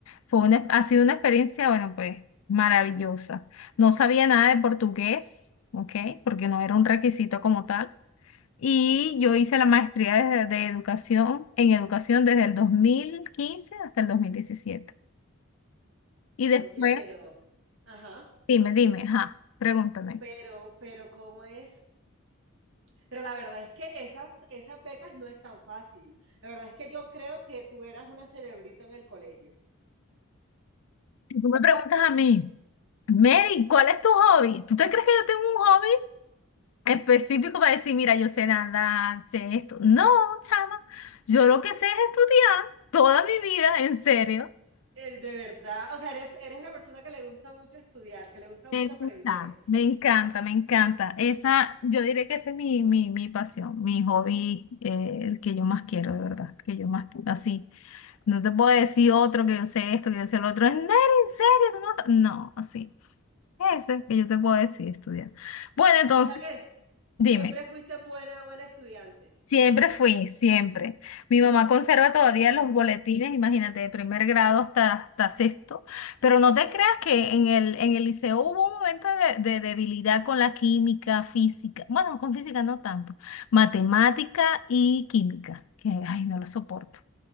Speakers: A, on the left; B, on the right.
A: Fue una, ha sido una experiencia, bueno, pues maravillosa. No sabía nada de portugués, ¿ok? Porque no era un requisito como tal. Y yo hice la maestría de, de educación, en educación desde el 2015 hasta el dos mil diecisiete Y
B: Oye,
A: después,
B: pero, ajá,
A: dime, dime, ajá, pregúntame.
B: pero, pero, ¿cómo es? Pero la verdad es que esas, esas becas no es tan fácil. La verdad es que yo creo que tú eras una cerebrita en el colegio.
A: Si tú me preguntas a mí, Mary, ¿cuál es tu hobby? ¿Tú te crees que yo tengo un hobby? específico para decir, mira, yo sé nadar, sé esto. No, chama, yo lo que sé es estudiar toda mi vida, en serio.
B: Eh, De verdad, o sea, eres, eres una persona que le gusta mucho estudiar, que le gusta
A: Me
B: mucho
A: gusta,
B: aprender.
A: me encanta, me encanta. Esa, yo diré que esa es mi, mi, mi pasión, mi hobby, eh, el que yo más quiero, de verdad, el que yo más, así. No te puedo decir otro que yo sé esto, que yo sé lo otro. En en serio, tú no sabes. No, así. Eso es que yo te puedo decir, estudiar. Bueno, entonces,
B: O sea que
A: dime.
B: siempre fuiste buena, buena estudiante.
A: Siempre fui, siempre. Mi mamá conserva todavía los boletines, imagínate, de primer grado hasta, hasta sexto. Pero no te creas que en el, en el liceo hubo un momento de, de debilidad con la química, física. Bueno, con física no tanto. Matemática y química, que ay, no lo soporto.